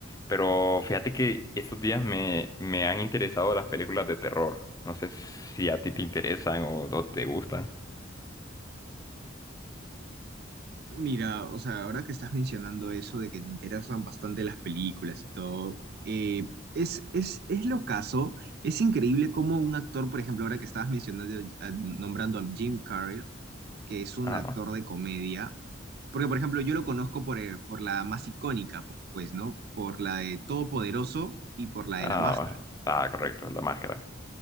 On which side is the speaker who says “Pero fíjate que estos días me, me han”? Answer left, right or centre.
Left